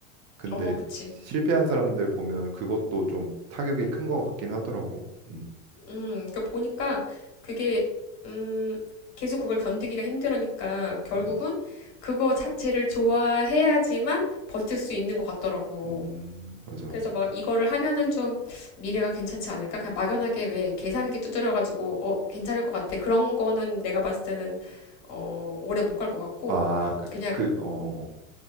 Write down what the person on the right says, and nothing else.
근데
실패한 사람들 보면 그것도 좀 타격이 큰 것 같긴 하더라고. 음,
음.
음, 맞아, 맞아.
아, 그,
그, 어,